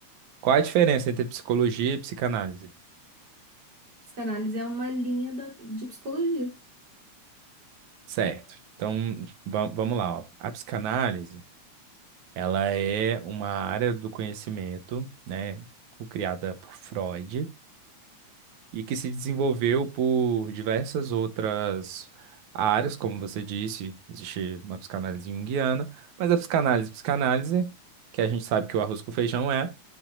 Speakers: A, on the right; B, on the right.
A: Qual a diferença entre psicologia e psicanálise?
B: Psicanálise é uma linha da, de psicologia.
A: Certo. Então, va- vamos lá, ó. A psicanálise, ela é uma área do conhecimento, né, criada por Freud, e que se desenvolveu por diversas outras áreas, como você disse, existe uma psicanálise junguiana, mas a psicanálise, psicanálise, que a gente sabe que o arroz com feijão é